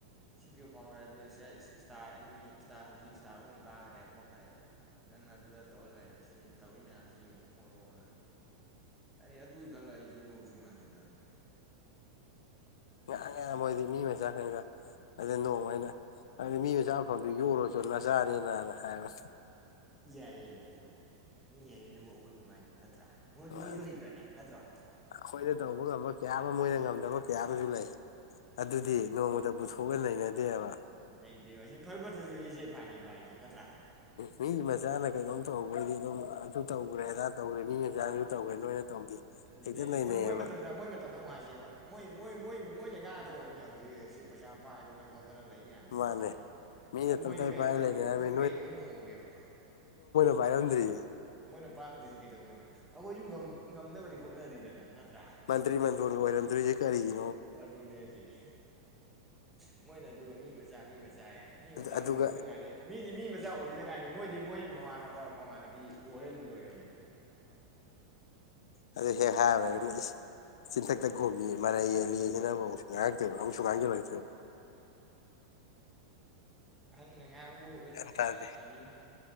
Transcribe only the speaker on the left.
ꯉꯥꯏꯍꯥꯡ ꯉꯥꯏ ꯃꯣꯏꯗꯤ ꯃꯤ ꯃꯆꯥꯈꯩꯗ ꯑꯗ ꯅꯣꯡꯃꯅ ꯅꯣꯡꯃ ꯑꯩꯅ ꯤ ꯃꯆꯥ ꯑꯐꯕꯗꯣ ꯌꯣꯛꯔꯨꯔꯣ ꯅꯆꯥꯅꯤꯅꯅ ꯍꯥꯏꯕꯅꯤ
ꯃꯥꯅꯦ
ꯑꯩꯈꯣꯏꯅ ꯇꯧꯕ ꯉꯝꯕ ꯀꯌꯥ ꯑꯃ ꯃꯣꯏꯅ ꯉꯝꯗꯕ ꯀꯌꯥ ꯑꯃꯁꯨ ꯂꯩ ꯑꯗꯨꯗꯤ
ꯅꯣꯡꯇꯕꯨ ꯂꯩꯅꯗꯦꯕ
ꯃꯤꯒꯤ ꯃꯆꯥꯅ ꯀꯩꯅꯣꯝ ꯇꯧꯕꯩꯗꯤ ꯑꯗꯨꯝ ꯑꯗꯨ ꯇꯧꯈ꯭ꯔꯦ ꯑꯗꯥ ꯇꯧꯈ꯭ꯔꯦ ꯃꯤ ꯃꯆꯥꯅꯁꯨ ꯇꯧꯈ꯭ꯔꯦ ꯅꯣꯏꯅ ꯇꯧꯗꯦ
ꯍꯦꯛꯇ ꯅꯩꯅꯩꯌꯦꯕ
ꯃꯥꯅꯦ
ꯃꯤꯅ
ꯇꯞ
ꯇꯥꯏ
ꯄꯥꯏꯔ ꯂꯩꯅꯔꯝꯃꯤ
ꯥꯄꯥꯏꯔꯝꯗ꯭ꯔꯤꯁꯦ
ꯃꯇ꯭ꯔꯤ ꯃꯟꯗꯣꯟ ꯑꯣꯏꯔꯝꯗ꯭ꯔꯤꯁꯦ ꯀꯔꯤꯒꯤꯅꯣ
ꯑꯗꯨꯒ
ꯑꯗꯨꯗꯣ ꯍꯦꯛ ꯍꯥꯏꯔꯨꯔꯒ ꯆꯤꯟꯊꯛꯇ ꯈꯣꯝꯕꯤ ꯃꯔꯩ ꯌꯦꯠꯜꯂꯤꯁꯤꯅꯕꯨ ꯑꯃꯨꯛꯁꯨ ꯉꯥꯡꯉꯛꯇꯣꯏꯕ ꯑꯃꯨꯛꯁꯨ ꯉꯥꯡꯖꯔꯣꯏ
ꯒ꯭ꯌꯥꯟ ꯇꯥꯗꯦ